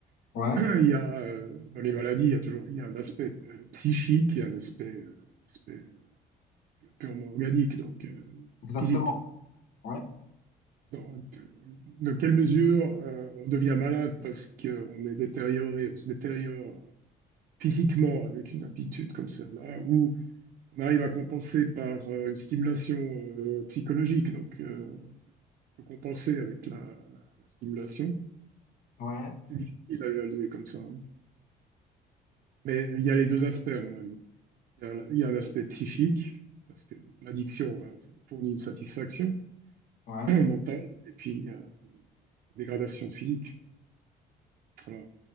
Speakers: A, on the right; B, on the left.
A: <clears throat>
B: Ouais.
A: Il y a, euh, dans les maladies, il y a toujours il y a un aspect euh, psychique et un aspect, euh, aspect, euh, purement organique, donc euh,
B: Exactement.
A: physique.
B: Ouais.
A: Dans, dans quelle mesure euh, on devient malade parce qu'on est détérioré, on se détériore physiquement avec une aptitude comme celle-là, ou on arrive à compenser par euh, une stimulation euh, psychologique, donc euh, on peut compenser avec la la- la stimulation.
B: Ouais.
A: C'est difficile à évaluer comme ça. hein. Mais il y a les deux aspects, à mon avis. Il y a, il y a un aspect psychique, parce que l'addiction euh, fournit une satisfaction <clears throat>
B: Ouais.
A: mentale, et puis il y a une dégradation de physique. Voilà.